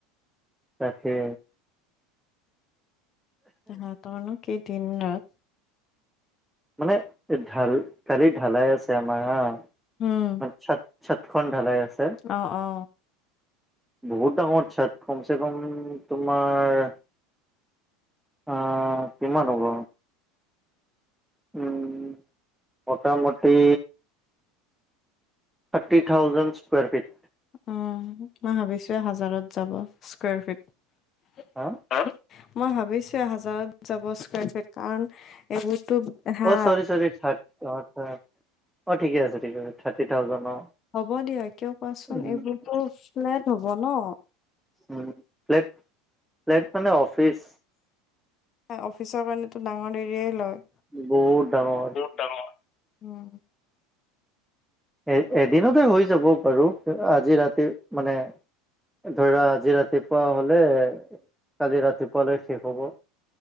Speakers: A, in the centre; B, on the left.
A: তাকে,
B: তেহেতৰ নো কি দিন ৰাত
A: মানে ঢাল কালি ঢালাই আছে আমাৰ হা,
B: উম
A: <unintelligible> ছাতখন ঢালাই আছে।
B: অ অ।
A: বহুত ডাঙৰ ছাত, কমচে কম তোমাৰ অ কিমান হ'ব‌? উম মোটামুটি থাৰ্টি থাউজেন্ড স্কুৱেৰ ফিট।
B: উ মই ভাবিছোৱে হাজাৰত যাব স্কুৱাৰ ফিট
A: হা
B: হা মই ভাবিছোৱে হাজাৰত যাব স্কুৱেৰ ফিট, কাৰণ এইবোৰতো হা
A: অ চৰি চৰি, থাট অ অ ঠিকে আছে ঠিক আছে থাৰ্টি থাউজেন্ড অ।
B: হ'ব দিয়া কিয় কোৱাচোন
A: উম
B: এইবোৰতো ফ্লেট হ'ব ন।
A: উম ফ্লেট ফ্লেট মানে অফিচ
B: অফিচৰ কাৰণেতো ডাঙৰ এৰিয়াই লয়।
A: বহুত ডাঙৰ।
B: বহুত ডাঙৰ। উম।
A: এ এদিনতে হৈ যাব বাৰু আজি ৰাতিৰ মানে ধৰা আজি ৰাতিপুৱা হ'লে, কালি ৰাতিপুৱালৈ শেষ হ'ব।